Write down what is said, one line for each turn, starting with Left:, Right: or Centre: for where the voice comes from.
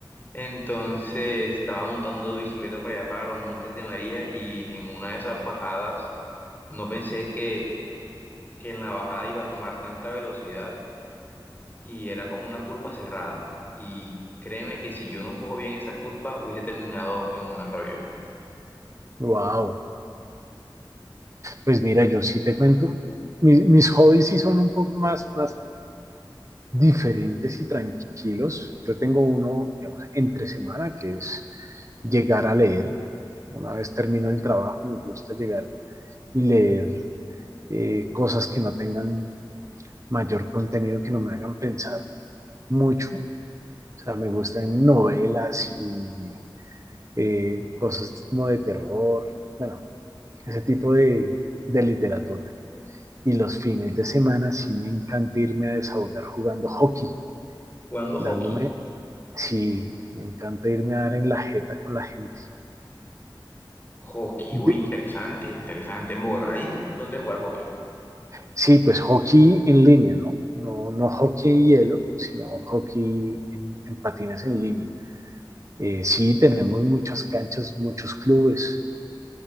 Left: Entonces estaba montando bicicleta para allá, para los Montes de María, y en una de esas bajadas, no pensé que, que en la bajada iba a tomar tanta velocidad. y era como una curva cerrada. Y créeme que si yo no cojo bien esa curva, hubiese terminado en un arroyo.
Right: Wow. Pues mira, yo sí te cuento, mi- mis hobbies sí son un poco más, más diferentes y tranquilos. Yo tengo uno, digamos, entre semana, que es llegar a leer. Una vez termino el trabajo, me gusta llegar y leer eh, cosas que no tengan mayor contenido, que no me hagan pensar mucho. O sea, me gustan novelas y eh, cosas como de terror, bueno, ese tipo de, de literatura. Y los fines de semana sí me encanta irme a desahogar jugando hockey,
Left: Jugando
Right: dándome,
Left: hockey.
Right: sí, me encanta irme a dar en la jeta con la gente.
Left: Hockey,
Right: De-
Left: uy, interesante, interesante. En Bogotá, ¿ahí dónde jugar hockey?
Right: sí, pues hockey en línea, ¿no? No, no hockey en hielo, sino hockey en, en patines en línea. Eh, sí, tenemos muchas canchas, muchos clubes.